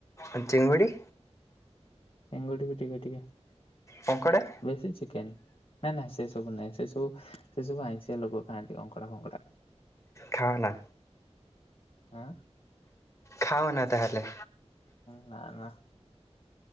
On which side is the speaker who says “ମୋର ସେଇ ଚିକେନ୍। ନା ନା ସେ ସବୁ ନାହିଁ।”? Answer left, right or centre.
Left